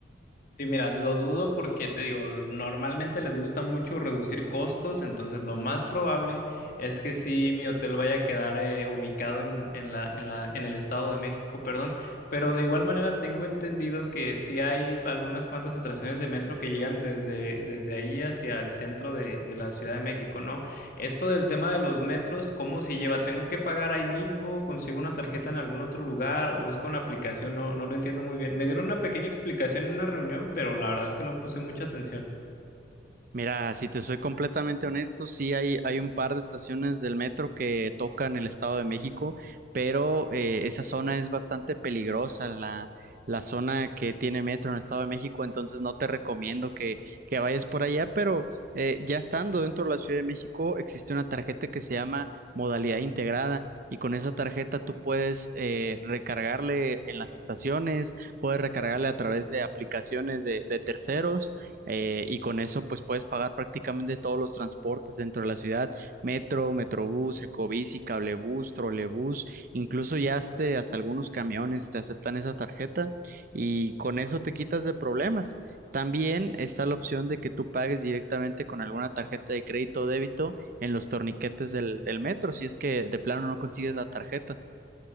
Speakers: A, on the left (about 45°); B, on the right (about 45°).
A: y mira, lo dudo porque te digo, normalmente les gusta mucho reducir costos, entonces lo más probable es que sí mi hotel vaya a quedar eh, ubicado en, en la, en la, en el Estado de México, perdón, pero de igual manera tengo entendido que sí hay algunas cuantas estaciones de metro que llegan desde, desde ahí hacia el centro de, de la Ciudad de México, ¿no? Esto del tema de los metros, ¿cómo se lleva? ¿Tengo que pagar ahí mismo? ¿Consigo una tarjeta en algún otro lugar? ¿O es con la aplicación? No, no lo entiendo muy bien. Me dieron una pequeña explicación en una reunión, pero la verdad es que no puse mucha atención.
B: Mira, si te soy completamente honesto, sí hay, hay un par de estaciones del metro que tocan el Estado de México, pero eh, esa zona es bastante peligrosa, la, la zona que tiene metro en el Estado de México, entonces no te recomiendo que, que vayas por allá, pero eh, ya estando dentro de la Ciudad de México existe una tarjeta que se llama modalidad integrada. Y con esa tarjeta tú puedes eh, recargarle en las estaciones, puedes recargarle a través de aplicaciones de de terceros eh, y con eso pues puedes pagar prácticamente todos los transportes dentro de la ciudad, metro, metrobús, ecobici, cablebús, trolebús, incluso ya hasta, hasta algunos camiones te aceptan esa tarjeta y con eso te quitas de problemas. También está la opción de que tú pagues directamente con alguna tarjeta de crédito o débito en los torniquetes del, del metro, si es que de plano no consigues la tarjeta.